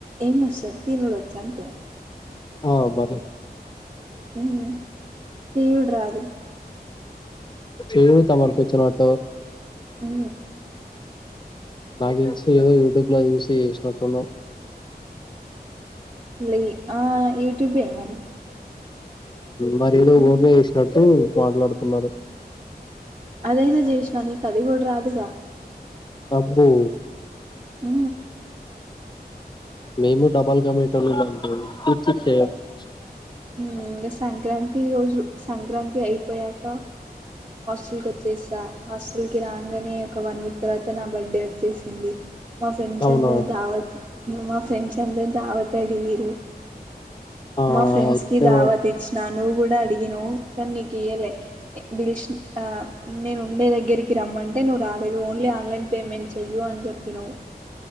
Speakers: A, on the right; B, on the left.
A: ఏమో సార్ తినుడువచ్చు అంతే
B: ఆ బరే
A: హు చేయడు రాదు
B: చేయడు తమరుకు వచ్చినట్టు
A: ఉ
B: నా తెలిసి ఏదో యూట్యూబ్ లో చూసి చేసినట్టు ఉండవ్
A: లే ఆ యట్యూబ్ ఏ మరి
B: మరి ఏదో నువ్వే చేసినట్టు మాట్లాడుతున్నారు
A: అదైనా చేసినా నీకు అది కూడా రాదుగా
B: అబ్బో
A: హు
B: మేము డబల్కా మీట <unintelligible>
A: ఇంకా సంక్రాంతి రోజు సంక్రాంతి అయిపోయాక హాస్టల్కి వచ్చేసా హాస్టల్కి రాగానే ఒక వన్ వీక్ తర్వాత నా బర్త్డే వచ్చేసింది మా ఫ్రెండ్స్
B: అవునా
A: అందరు దావత్ మా ఫ్రెండ్స్ అందరు దావత్ అడిగిర్రు
B: ఆ
A: మా ఫ్రెండ్స్
B: ఇయ్యలే
A: కి దావత్ నా నువ్వు కూడా అడిగనవ్ కానీ నీకు ఇయలే దిల్స్ ఆ నేను ఉండే దగ్గరికి రమ్మంటే నువ్ రాలేదు ఓన్లీ ఆన్లైన్ పేమెంట్ చెయ్యి అని చెప్పినావ్